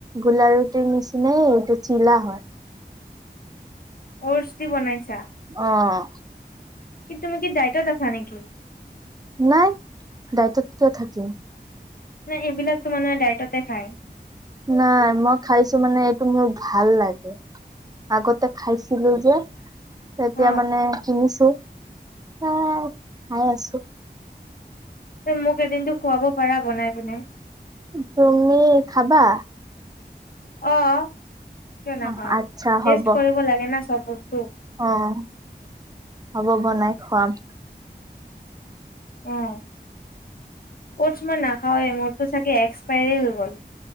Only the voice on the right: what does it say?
গোলা ৰুটিৰ নিচিনাই এইটো চিলা হয়।
অ'।
নাই ডাইতত কিয় থাকিম।
নাই মই খাইছোঁ মানে এইটো মোৰ ভাল লাগে। আগতে খাইছিলোঁ যে। এতিয়া
মানে কিনিছো, আহ খাই আছোঁ।
তুমি খাবা?
অ' আচ্ছা হ'ব
অ' হ'ব বনাই খুৱাম।